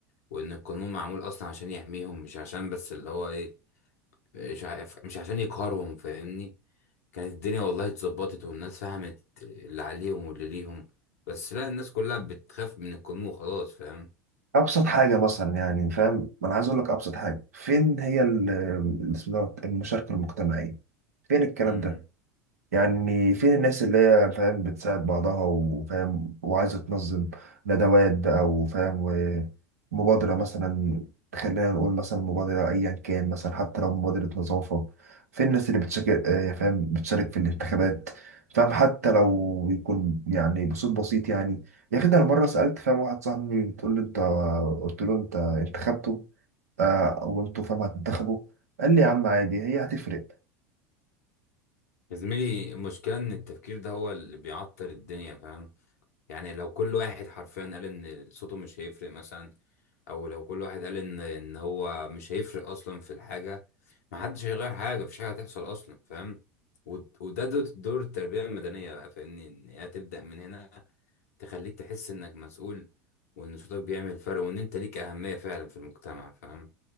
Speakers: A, on the left; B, on the right.
A: وإن القانون معمول أصلا عشان يحميهم مش عشان بس اللي هو إيه مش عارف مش عشان يقهرهم فاهمني كانت الدنيا والله اتظبطت والناس فهمت اللي عليهم واللي ليهم بس لا الناس كلها بتخاف من القانون وخلاص فاهم
B: ابسط حاجه مثلا يعني فاهم ما انا عايز اقول لك ابسط حاجه فين هي ال- ال- اسمه دوت المشاركه المجتمعيه فين الكلام
A: مم.
B: ده يعني فين الناس اللي هي فاهم بتساعد بعضها وفاهم وعايزة تنظم ندوات بقى وفاهم ومبادرة مثلا خلينا نقول مثلا مبادرة أيا كان مثلا حتى لو مبادرة نظافة فين الناس اللي بتشارك آه، فاهم بتشارك في الانتخابات فاهم حتى لو يكون يعني بصوت بسيط يعني يا أخي ده أنا مرة
A: مم.
B: سألت فاهم واحد صاحبي بتقول لي أنت قلت له أنت انتخبته آه، وأنتوا فاهم هتنتخبوا قال لي يا عم عادي هي هتفرق
A: يا زميلي المشكلة إن التفكير ده هو اللي بيعطل الدنيا فاهم يعني لو كل واحد حرفيا قال ان صوته مش هيفرق مثلا او لو كل واحد قال ان ان هو مش هيفرق اصلا في الحاجه ما حدش هيغير حاجه مفيش حاجه هتحصل اصلا فاهم ود- وده دور دور التربيه المدنيه بقى فاهمني ان هي تبدا من هنا تخليك تحس انك مسؤول وان صوتك بيعمل فرق وان انت ليك اهميه فعلا في المجتمع فاهم